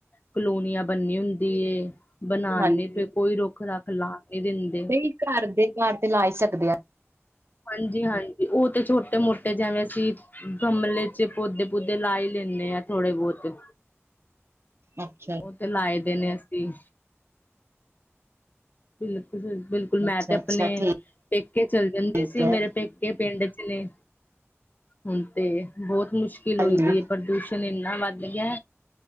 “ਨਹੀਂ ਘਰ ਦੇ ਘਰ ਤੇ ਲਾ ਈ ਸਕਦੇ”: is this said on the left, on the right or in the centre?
Right